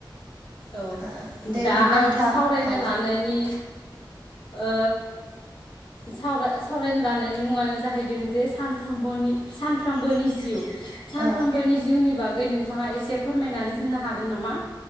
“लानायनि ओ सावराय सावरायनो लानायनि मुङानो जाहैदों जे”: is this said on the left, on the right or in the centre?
Left